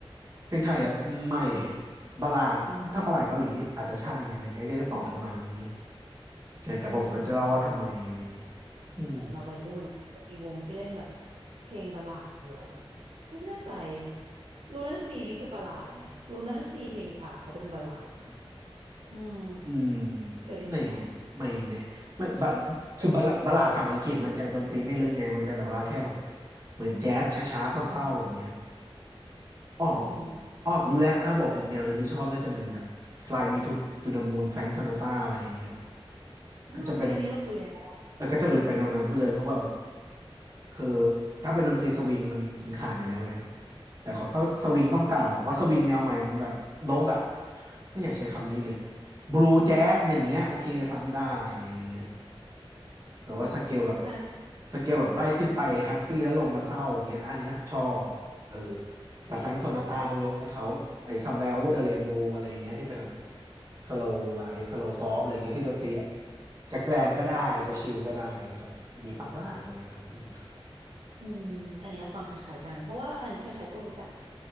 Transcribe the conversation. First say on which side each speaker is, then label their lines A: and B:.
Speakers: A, on the right (about 35°); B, on the right (about 70°).
A: เพลงไทยเหรอไม่บัลลาดถ้าบัลลาดเกาหลีอาจจะใช่อะไรเงี้ยก็จะตอบประมาณนี้ไงใช่แต่ผมก็จะเล่าว่าทำไมอะไรเงี้ย
B: เพลงญี่ปุ่น
A: อืม
B: ไหนเราวัยรุ่นจะมีวงที่เล่นแบบเพลงบัลลาดอยู่อะแบบไม่แน่ใจลูน่าซีนี่คือบัลลาดไหมลูน่าซีเพลงช้าเขาเป็นบัลลาดนะอืม
A: อืม
B: เคยได้ยินปะ
A: ไม่ไม่เนี่ยไม่บะคือบะละบะหลาดฝั่งอังกฤษมันจะดนตรีไม่ลึกไงมันจะแบบว่าแค่แบบ
B: ไม่ไม่
A: เหมือนแจ๊สช้าๆเศร้าๆอย่างเงี้ยอ๋อ
B: อือหือ
A: อ๋อรู้แล้วถ้าบอกอีกแนวหนึ่งที่ชอบน่าจะเป็นแบบ Fly Me to to the Moon Frank Sinatra อะไรอย่างเงี้ย
B: อ่าโอเคอันนี้เราคุยกันได้
A: ก็จะเป็นเออก็จะหลุดไปแนวนั้นไปเลยเพราะว่าแบบ
B: อืม
A: คือถ้าเป็นดนตรีสวิงมันกินขาดอยู่แล้วไงแต่ขอต้องสวิงต้องเก่าเพราะสวิงแนวใหม่มันแบบโลกอ่ะ
B: ใช่
A: ไม่อยากใช้คำนี้เลยบลูแจ๊สอย่างเงี้ยโอเคฟังได้อะไรอย่างเงี้ย แบบว่าสเกลแบบ
B: ใช่ใช่
A: สเกลแบบไล่ขึ้นไปแฮปปี้แล้วลงมาเศร้าอย่างเงี้ยอันเนี้ยชอบเออแต่แฟรงก์โซนาตราต้องยกให้เขาไอ้
B: อืม
A: Somewhere Over the Rainbow อะไรอย่างเงี้ยที่เป็นแบบสโลว์ไลท์สโลว์ซอฟอะไรเงี้ยที่ดนตรีจะแกลนก็ได้จะชิลก็ได้ก็จะมีฟังบ้างอะไรเงี้ยครับอืม
B: อืมอันเนี้ยฟังคล้ายๆกันเพราะว่าอันนี้ใครๆก็รู้จักไหม